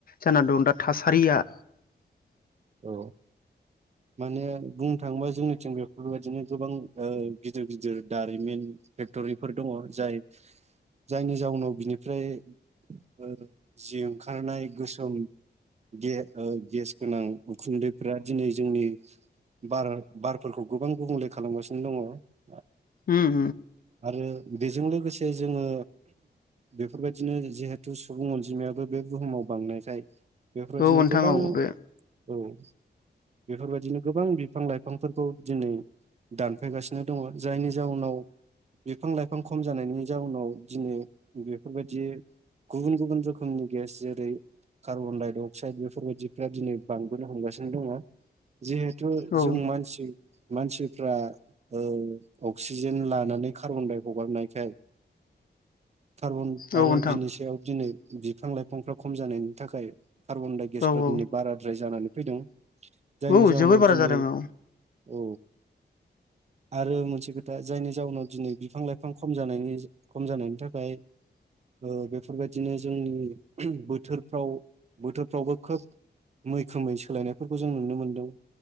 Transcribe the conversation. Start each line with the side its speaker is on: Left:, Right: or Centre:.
Left: जाना दं दा थासारिया
Right: औ माने बुंनो थाङोबा जोंनिथिं बेफोरबायदिनो गोबां ओ गिदिर गिदिर दारिमिन फेक्टरिफोर दङ जाय जायनि जाउनाव बिनिफ्राय ओ जि ओंखारनाय गोसोम गे ओ गेस गोनां उखुन्दैफ्रा दिनै जोंनि बार बारफोरखौ गोबां गुबुंले खालामगासिनो दङ
Left: ओम
Right: आरो बेजों लोगोसे जोङो बेफोरबायदिनो जिहेथु सुबुं अनजिमायाबो बे बुहुमाव बांनायखाय बेफोरबायदिनो
Left: औ नोंथां
Right: गोबां
Left: औ बे
Right: बेफोरबायदिनो गोबां बिफां लाइफांफोरखौ दिनै दानफैगासिनो दङ जायनि जाउनाव बिफां लाइफां खम जानायनि जाउनाव दिनै बेफोरबायदि गुबुन गुबुन रोखोमनि गेस जेरै कार्बन डाइ असाइड बेफोरबायदिफ्रा दिनै बांबोनो हमगासिनो दङ जिहेथु
Left: औ
Right: जों मानसि मानसिफ्रा ओ अक्सिजेन लानानै कार्बनदाय हगारनायखाय कारबन
Left: औ
Right: आरो
Left: नोंथां
Right: बिनि सायाव दिनै बिफां लाइफांफ्रा खम जानायनि थाखाय कार्बन डाइ गेसफ्रा
Left: औ औ
Right: दिनै बारा जानानै फैदों जायनि
Left: औ
Right: जाउनाव
Left: जोबोर बारा
Right: दिनै
Left: जादों औ
Right: औ आरो मोनसे खोथा जायनि जाहोनाव दिनै बिफां लाइफां खम जानायनि खम जानायनि थाखाय ओ बेफोरबायदिनो जोंनि बोथोरफ्राव बोथोरफ्रावबो खोब मैखोमै सोलायनायफोरखौ जों नुनो मोन्दों